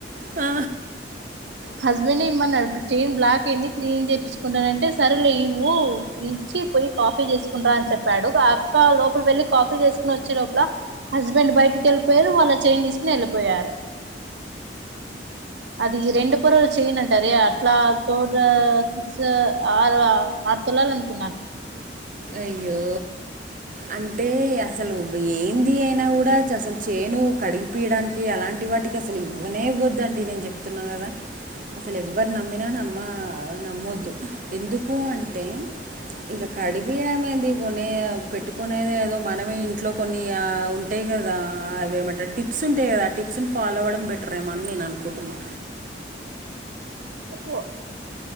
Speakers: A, on the right (about 45°); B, on the right (about 80°).
A: ఆ
B: హస్బెండ్ ఇమ్మన్నాడు చైయిన్ బ్లాక్ అయింది క్లీన్ చేపించుకుంటా అంటే సరేలే ఇవ్వు ఈ వచ్చి పోయి కాఫీ చేసుకొని రా అని చెప్పాడు ఆ అక్క లోపల వెళ్ళలి కాఫీ చేసుకుని వచ్చే లోపల హస్బెండ్ బయటికి వెళ్ళిపోయారు వాళ్ళు ఆ చైన్ తీసుకుని వెళ్ళిపోయారు అది రెండు పొరల చైన్ అంటారే అట్లా తోట సా ఆరు ఆరు తులాలు అనుకున్నా
A: అయ్యో అంటే అసలు ఏంది అయినా కూడా అసలు చేను కడిపియడానికి అలాంటి వాటికి అసలు ఇవ్వనే ఇవ్వద్దండి నేను చెప్తున్నా కదా అసలు ఎవరు నమ్మినా నమ్మ నమ్మొద్దు ఎందుకు అంటే ఇంకా కాడి <unintelligible> వీడమేంది కొన్ని పెట్టుకునేద ఏదో మనమే ఇంట్లో కొన్ని ఉంటాయి కదా అవేమంటారు అ టిప్స్ ఉంటాయి కదా ఆ టిప్స్ ని ఫాలో అవ్వడం బెటర్ ఏమో అని నేను అనుకుంటున్నా
B: ఏ పో <unintelligible>